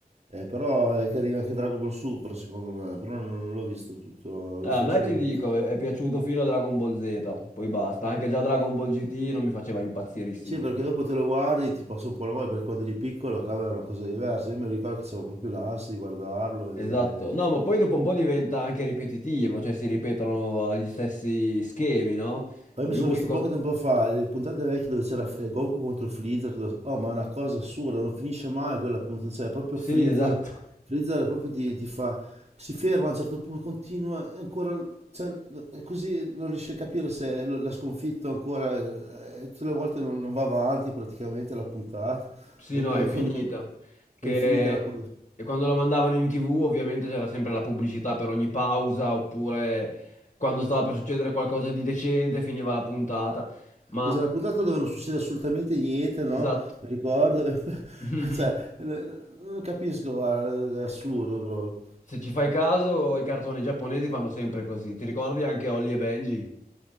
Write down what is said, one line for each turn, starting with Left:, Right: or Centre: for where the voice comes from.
Right: Eh, però è carino anche Dragon Ball Super, secondo me, però non, non l'ho visto tutto, ho visto
Left: Ah, A me
Right: solo
Left: ti
Right: l'inizio.
Left: dico, è è piaciuto fino a Dragon Ball Z, poi basta. Anche già Dragon Ball GT non mi faceva impazzirissimo.
Right: Sì, perché dopo te lo guardi, ti passa un po' la voglia, perché quando eri piccolo, cavolo, è una cosa diversa. Io mi ricordo che avevo proprio l'ansia di guardarlo e
Left: Esatto, no, ma poi dopo un po' diventa anche ripetitivo, cioè si ripetono gli stessi schemi, no?
Right: Io
Left: Lui,
Right: mi sono visto
Left: co-
Right: poco tempo fa le puntate vecchie dove c'era eh, Goku contro Freezer, che lo- oh ma è una cosa assurda, non finisce mai quella puntata, cioè proprio
Left: sì,
Right: Freezer,
Left: esatto,
Right: Freezer proprio ti, ti fa, si ferma a un certo punto, continua, e ancora, cioè, eh, così non riesce a capire se lo- l'ha sconfitto ancora, eh, eh, tutte le volte non, non va avanti praticamente la puntata,
Left: <laughs> sì,
Right: proprio
Left: no, è infinita.
Right: con-
Left: Che...
Right: è infinita la puntata.
Left: E quando la mandavano in TV ovviamente c'era sempre la pubblicità per ogni pausa, oppure quando stava per succedere qualcosa di decente finiva la puntata. Ma,
Right: E C'è una puntata dove non succede assolutamente niente, no?
Left: esatto,
Right: Mi ricordo, <laughs>
Left: <laughs>
Right: cioè, eh, non capisco, guarda, è assurdo proprio.
Left: se ci fai caso, i cartoni giapponesi fanno sempre così. Ti ricordi anche Holly e Benji?